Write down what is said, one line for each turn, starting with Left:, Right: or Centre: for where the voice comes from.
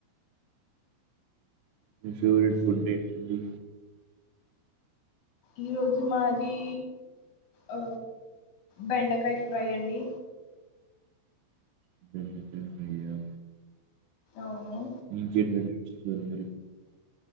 Right: మీ ఫేవరెట్ ఫుడ్ ఏ హాలో
Left: ఈరోజు మాది ఆ బెండకాయ ఫ్రై అండి
Right: <unintelligible> ఫ్రీ యా
Left: అవును
Right: ఇంకేంటండి సరె మరి